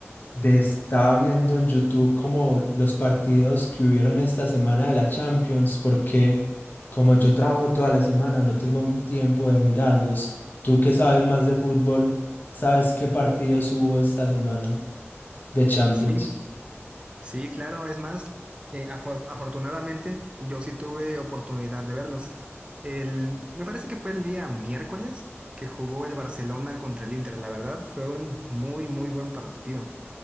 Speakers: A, on the left; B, on the right.
A: de estar viendo en YouTube como los partidos que hubieron esta semana de la Champions, porque como yo trabajo toda la semana, no tengo m- tiempo de mirarlos. Tú que sabes más de fútbol, ¿sabes qué partidos hubo esta semana? de Champions.
B: Sí, sí, claro, es más, eh, afor- afortunadamente yo sí tuve oportunidad de verlos. El, me parece que fue el día miércoles que jugó el Barcelona contra el Inter. La verdad, fue un muy, muy buen partido.